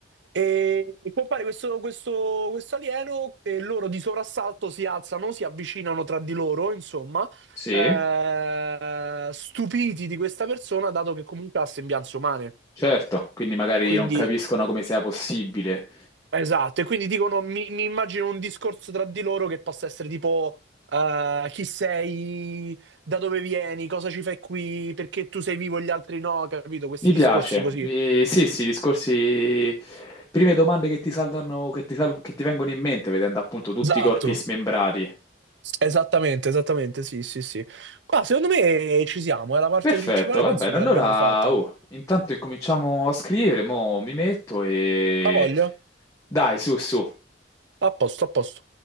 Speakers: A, on the right; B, on the left.
A: E compare questo, questo, questo alieno e loro di soprassalto si alzano, si avvicinano tra di loro, insomma,
B: Sì,
A: eh, stupiti di questa persona, dato che comunque ha sembianze umane.
B: certo, quindi magari
A: Quindi,
B: non capiscono come sia possibile.
A: esatto, e quindi dicono, mi, mi immagino un discorso tra di loro che possa essere tipo, eh, chi sei, da dove vieni, cosa ci fai qui, perché tu sei vivo e gli altri no, capito? Questi
B: Mi piace.
A: discorsi così.
B: Mi- Sì, sì, discorsi... Prime domande che ti saltano, che ti, sal- che ti vengono in mente vedendo appunto tutti
A: Esatto.
B: i corpi smembrati.
A: Esattamente, esattamente, sì, sì, sì. Qua secondo me eh, ci siamo, è la parte
B: Perfetto,
A: principale,
B: va
A: penso
B: bene.
A: che
B: Allora,
A: l'abbiamo fatta.
B: oh, intanto incominciamo a scrivere, mo mi metto e...
A: La voglio?
B: Dai, su, su.
A: A posto, a posto.